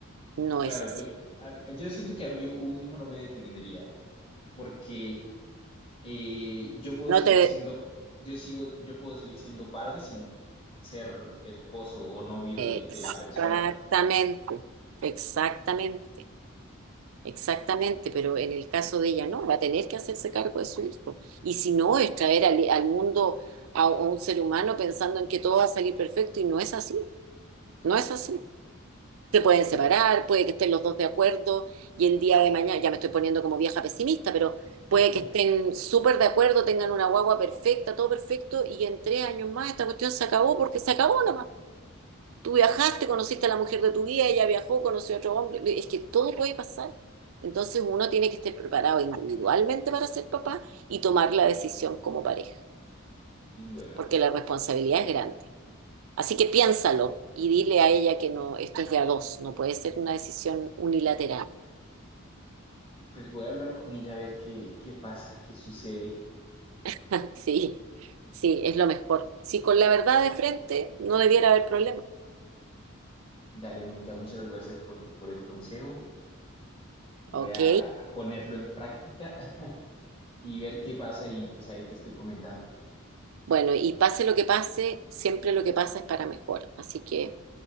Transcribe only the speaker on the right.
no
es así.
No
te...
Exactamente,
exactamente. Exactamente, pero en el caso de ella no, va a tener que hacerse cargo de su hijo. Y si no, es traer al, al mundo a, a un ser humano pensando en que todo va a salir perfecto y no es así, no es así. Se pueden separar, puede que estén los dos de acuerdo y el día de mañana, ya me estoy poniendo como vieja pesimista, pero puede
que estén súper de acuerdo, tengan una guagua perfecta, todo perfecto y en tres años más esta cuestión se acabó porque se acabó nomás. Tú viajaste, conociste a la mujer de tu vida, ella viajó, conoció a otro hombre. Es que todo puede pasar. Entonces uno tiene que estar preparado individualmente para ser papá y tomar la decisión como pareja,
porque la responsabilidad es grande. Así que piénsalo y dile a ella que no, esto es de a dos, no puede ser una decisión unilateral.
<laughs> Sí, sí, es lo mejor. Sí, con la verdad de frente no debiera haber problema.
Ok.
Bueno, y pase lo que pase, siempre lo que pasa es para mejor. Así que